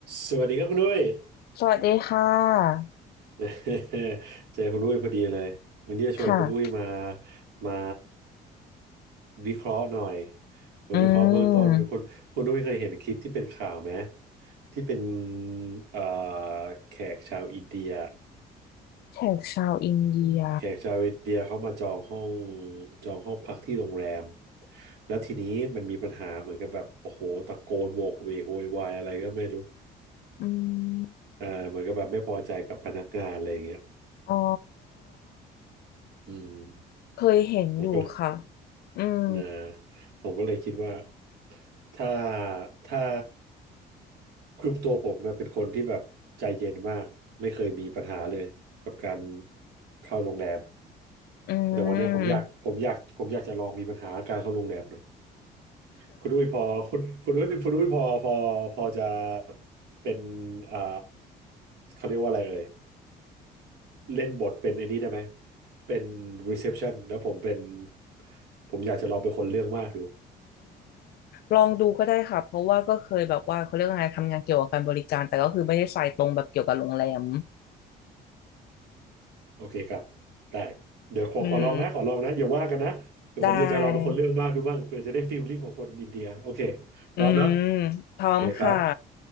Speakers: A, on the right; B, on the left.
A: สวัสดีครับคุณอุ้ย
B: สวัสดีค่ะ
A: <laughs> เจอคุณอุ้ยพอดีเลยวันนี้จะชวนคุณอุ้ยมา
B: ค่ะ
A: มาวิเคราะห์หน่อยมาวิเคราะห์เบื้องต้นคุณคุณอุ้ยเคยเห็นคลิปที่เป็นข่าวไหม
B: อืม
A: ที่เป็นเอ่อแขกชาวอินเดีย
B: แขกชาวอินเดีย
A: อืมแขกชาวอินเดียเขามาจองห้องจองห้องพักที่โรงแรมแล้วทีนี้มันมีปัญหาเหมือนกับแบบโอ้โหตะโกนโวกเวกโวยวายอะไรก็ไม่รู้
B: อืม
A: อ่าเหมือนกับแบบไม่พอใจกับพนักงานอะไรอย่างเงี้ย
B: อ๋อ
A: อืม
B: เคยเห็นอยู่ค่ะ
A: ผมก็เลย
B: อืม
A: นะผมก็เลยคิดว่าถ้าถ้าคือตัวผมเนี่ยเป็นคนที่แบบใจเย็นมากไม่เคยมีปัญหาเลยกับการเข้าโรงแรม
B: อืม <laughs> อื
A: แต่วันเนี้ยผมอยากผมอยากผมอยากจะลองมีปัญหาการเข้าโรงแรมเลย
B: ม <laughs>
A: คุณอุ้ยพอคุณคุณอุ้ยคุณอุ้ยพอพอพอจะเป็นอ่าเขาเรียกว่าอะไรเอ่ยเล่นบทเป็นไอ้นี่ได้ไหมเป็น reception แล้วผมเป็นผมอยากจะลองเป็นคนเรื่องมากดู
B: ลองดูก็ได้ค่ะ เพราะว่าก็เคยแบบว่าเขาเรียกว่าไงทำงานเกี่ยวกับการบริการแต่ก็คือไม่ได้สายตรงแบบเกี่ยวกับโรงแรม
A: โอเคครับได้เดี๋ยวขอขอลองนะขอลองนะอย่าว่ากันนะเดี๋ยวผมอยากจะลองเป็นคนเรื่องมากดูบ้างเผื่อจะได้ฟีลลิ่งของคนอินเดียโอเค
B: อืมได้อืม
A: พร้อมเนาะ
B: พร้อมค่ะ
A: โอเคครับ